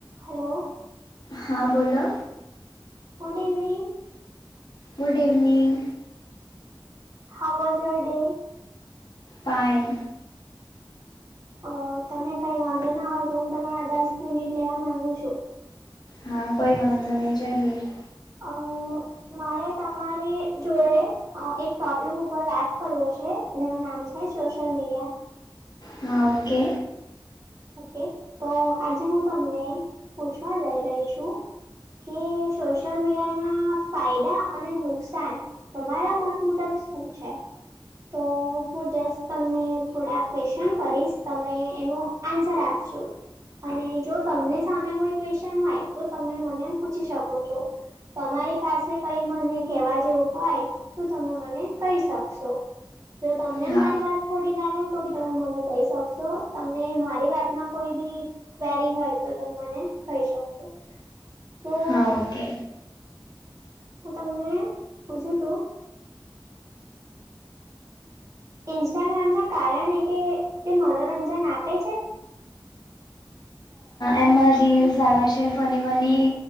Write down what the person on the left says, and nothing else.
હા બોલો
ગુડ ઇવનિંગ
પાં
હા કોઈ વાંધો નહીં જરૂર
હા ઓકે
હા
હા ઓકે
એમાં રીલ્સ આવે છે ફની મની